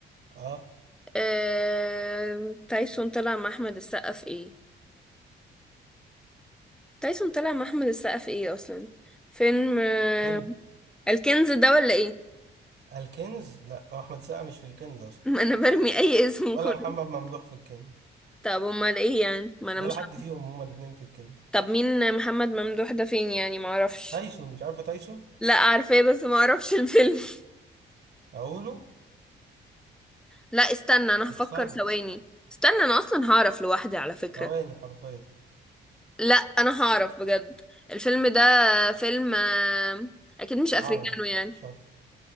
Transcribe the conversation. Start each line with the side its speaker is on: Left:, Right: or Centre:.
Right: اه
Centre: آه... تايسون طلع مع احمد السقا في ايه تايسون طلع مع احمد السقا في ايه اصلا فيلم آه...
Right: فيلم
Centre: الكنز ده ولا ايه
Right: الكنز لا هو احمد السقا مش في الكنز
Centre: <laughs>
Right: اصلا
Centre: ما انا برمي اي اسم
Right: ولا
Centre: كله
Right: محمد ممدوح في الكنز
Centre: طب امال ايه يعني ما انا
Right: ولا
Centre: مش
Right: حد
Centre: عارفة.
Right: فيهم هما الاثنين في الكنز
Centre: طب مين محمد ممدوح ده فين يعني ما اعرفش
Right: تايسون مش عارفه تايسون
Centre: لا عارفاه بس ما اعرفش الفيلم <laughs>
Right: اقوله
Centre: لا استنى انا
Right: تخسري
Centre: هفكر ثواني استنى انا اصلا هعرف لوحدي على فكرة
Right: ثواني حرفيا
Centre: لا انا هعرف بجد الفيلم ده فيلم آه، اكيد مش افريكانو
Right: عربي
Centre: يعني
Right: شاطر